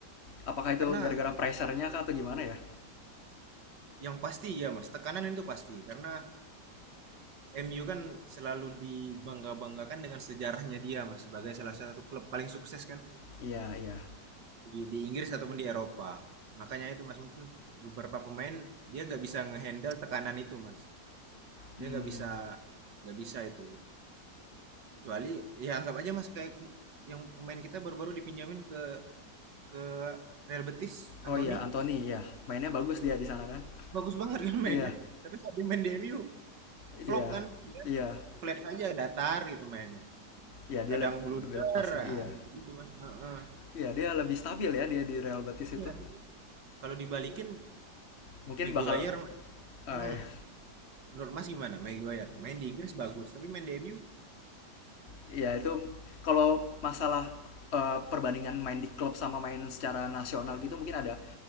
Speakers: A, on the left; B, on the right.
A: apakah itu
B: Karena
A: gara-gara pressernya kah atau gimana ya
B: yang pasti ya, Mas, tekanan itu pasti karena MU kan selalu dibangga-banggakan dengan sejarahnya dia, Mas, sebagai salah satu klub paling sukses kan.
A: iya iya
B: di, di Inggris ataupun di Eropa. Makanya itu Mas mungkin beberapa pemain dia nggak bisa ngehandle tekanan itu Mas.
A: hmm.
B: Dia nggak bisa nggak bisa itu. Kecuali ya anggap aja Mas kayak kem- yang pemain kita baru-baru dipinjamin ke ke Real Betis, Anthony.
A: oh iya Anthony iya mainnya bagus dia di sana kan
B: Bagus banget kan
A: iya
B: mainnya. Tapi saat dia main di MU
A: iya
B: flop kan dia
A: iya
B: flat aja datar gitu mainnya.
A: iya dia
B: Kadang
A: leb-
B: blunder
A: lebih lepas sih iya
B: ah, gitu-gitu Mas. Heeh.
A: iya dia lebih stabil ya dia di Real Betis
B: Iya.
A: itu
B: Kalau dibalikin
A: mungkin
B: Maguire
A: bakal
B: Mas.
A: eh,
B: Hmm, menurut Mas gimana? Maguire main di Inggris bagus, tapi main di MU
A: ya itu kalau masalah eh, perbandingan main di klub sama main secara nasional gitu mungkin ada